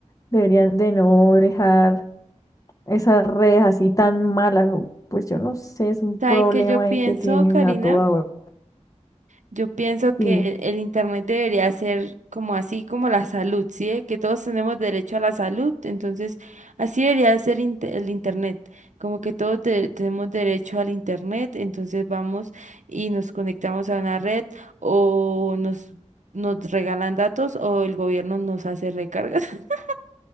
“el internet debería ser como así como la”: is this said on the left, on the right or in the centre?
Right